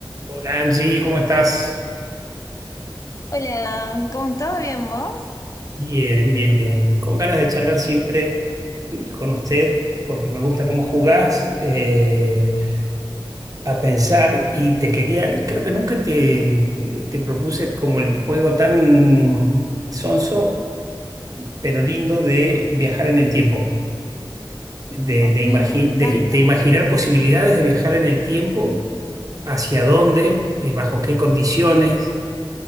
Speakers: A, on the right; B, on the left.
A: Hola Angie, ¿cómo estás?
B: Hola, ¿cómo todo bien vos?
A: Bien, bien, bien. Con ganas de charlar siempre con usted porque me gusta cómo jugás eh, a pensar y te quería, creo que nunca te, te propuse como el juego tan sonso, pero lindo de viajar en el tiempo, de,
B: Ok,
A: de, imagi-
B: me encanta.
A: de- de imaginar posibilidades de viajar en el tiempo, hacia dónde, eh, bajo qué condiciones